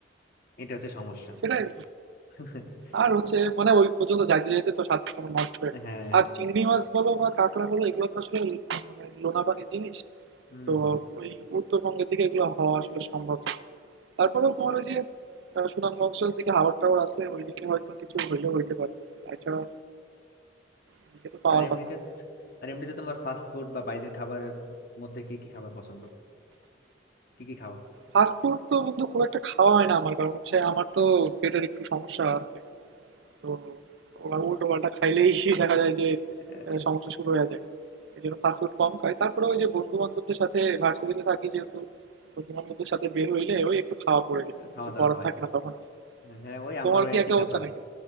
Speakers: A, on the left; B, on the right.
A: এটা হচ্ছে সমস্যা
B: সেটাই
A: <laughs>
B: আর হচ্ছে মানে ওই পর্যন্ত যাইতে যাইতে তো স্বাদ তোমার নষ্ট হয়ে যায়।
A: হ্যাঁ
B: আর চিংড়ি মাছ বলো বা কাঁকড়া বলো এগুলো তো আসলে মানে লোনা পানির জিনিস
A: হুম
B: তো ওই উত্তরবঙ্গের দিকে এগুলো হওয়া আসলে সম্ভব না তারপরেও তোমার ওই যে আহ, সুনামগঞ্জের দিকে হাওড় টাওয়ার আছে ওইদিকে হয়তো কিছু হইলেও হইতে পারে তাছাড়া এদিকে তো পাওয়ার
A: আর এমনিতে
B: কথা না
A: আর এমনিতে তোমার ফাস্ট ফুড বা বাইরের খাবারের মধ্যে কি কি খাবার পছন্দ কি কি খাও
B: ফাস্টফুড তো বন্ধু খুব একটা খাওয়া হয় না আমার কারণ হচ্ছে আমার তো পেটের একটু সমস্যা আছে তো আবার উল্টো পাল্টা খাইলেই <laughs> দেখা যায় যে
A: আহ,
B: আহ, সমস্যা শুরু হয়ে যায় এই জন্য ফাস্টফুড কম খাই তারপরে ওই যে বন্ধু বান্ধবদের সাথে ভার্সিটিতে থাকি যেহেতু বন্ধু বান্ধবদের সাথে বের হইলে ওই একটু খাওয়া পড়ে যায়
A: খাওয়া
B: কিছু
A: দাওয়া
B: করার
A: হয়
B: থাকে না তখন আর।
A: হ্যাঁ ওই আমারও
B: তোমার কি
A: একই
B: একই অবস্থা
A: ব্যাপার
B: নাকি